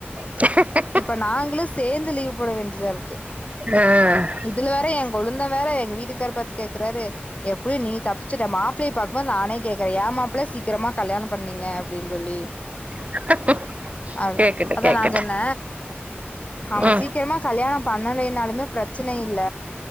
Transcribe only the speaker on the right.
<inaudible>
த
<inaudible>
கேக்கட்டு
கேக்கட்டு
ம்